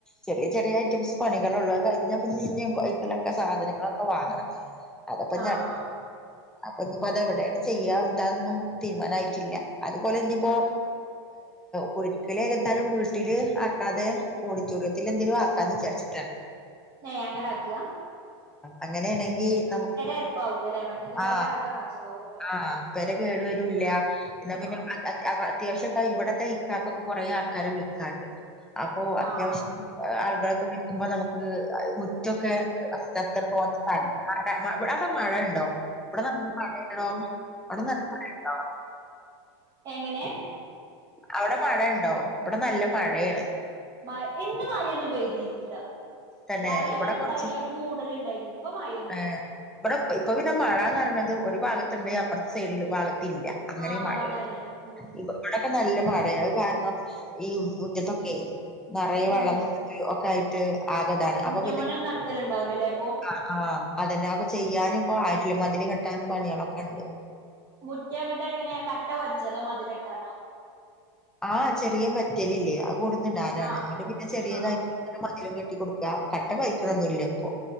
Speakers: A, in the centre; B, on the right.
A: ചെറിയ ചെറിയ ഐറ്റംസ് പണികളൊള്ളൂ ആഹ് കഴിഞ്ഞ പിന്നെന് സാധനങ്ങളൊക്കെ വാങ്ങണം അതാപ്പഞ്ഞട്
B: ആഹ്
A: അപ്പൊഞ്ഞ്പ്പോ അത് എവിടെണ് ചെയ്യാ എന്താന്നും തിര്മാനായിട്ടില്ല അത്പോലെഞ്ഞ്പ്പോ
B: ആഹ്
A: കുടി രികല് ഏതാലും വീട്ടില് ആക്കാതെ ഓഡിറ്റോറിയത്തില് എന്തേലും ആക്കാന്ന് വിചാരിച്ചിട്ടാ
B: ഏയ് അങ്ങനെ ആക്ക്ഹ
A: അങ്ങനേണെങ്കി നമ്മക്ക്
B: അരപ്പാവൂലല്ലേ മറ്റേത് പെര
A: ആ
B: ആകെ നാശാവല്ലോ
A: ആ പേര കേടു വരുല്ല ന്നാ
B: ആഹ്
A: പിന്നെ അത്യാവശ്യപാ ഇവടത്തെ കുറെ ആൾക്കാരെ വിളിക്കാണ്ട് അപ്പൊ അത്യാവശ്യം
B: ആഹ്
A: ആൾ കരൊക്കെ വിളിക്ക്മ്പോ നമുക്ക് മുറ്റൊക്കെ ഫസ്റ്റ് അത്ര പോന്ന സ്ഥല <unintelligible> മ ഇവ അവടെ മഴ ഇണ്ടോ ഇവടെ നല്ല മഴാണെടോ അവടെ നെലം മഴ ഇണ്ടോ
B: എങ്ങനെ
A: അവിടെ മഴ ഇണ്ടോ ഇവടെ നല്ല മഴയെണ്
B: മയ് ഇന്ന് മയൊന്നും പെയ്തീട്ടില്ല
A: തന്നെ
B: രാവിലെ
A: ഇവിടെ
B: ഇങ്ങനെ
A: കൊറച്ച്
B: ഇണ്ടായിനി ഒരു മൂടല് ഇണ്ടായിനി ഇപ്പ മയോന്നുല്ല
A: ഏഹ് ഇവിടെ ഇപ്പൊ പിന്നെ മഴാന്ന്റിണത് ഒരു ഭാഗത്ത്ണ്ട് അപ്പറത്തെ സൈഡില് ഭാഗ ത്ത്ല്ല അങ്ങനെ
B: ആഹ്
A: മഴയ്യാ
B: അതാണ് ഉം
A: ഇബടപ്പോ നല്ല മ യെ അഹ് കാരണം ഈ മുറ്റത്തൊക്കെ നറെയ് വള്ളം
B: ഉം
A: നിന്ന്ട്ട് ഒക്കായിട്ട് ആകതാണ്
B: മുറ്റം
A: അപ്പൊപിന്നെ
B: പണിയൊന്നും നടക്കലുണ്ടാവൂലല്ലേ ഇപ്പൊ
A: ആഹ് ആഹ് അതന്നെ അത് ഒക്കെ ചെയ്യാനും ഇപ്പാ ആയിട്ടില്ല മതില് കെട്ടാനും പണിയാളൊക്കെ ഇണ്ട്
B: മുറ്റഇങ്ങട്ട് എങ്ങനെ കട്ട പതിച്ചതോ മതിലെട്ടാനോ-
A: ആഹ് ചെറിയ മേറ്റലില്ലേ അത് കൊട്ന്ന് ഇടാനാണ്
B: ആഹ്
A: ഇങ്ങട്ട് പിന്നെ ചെറിയതായിട്ട്
B: ആഹ്
A: മതിലും കെ ട്ടികൊട്ക്ക കട്ടപ്പയിക്ക്ണൊന്നും ഇല്ലപ്പൊ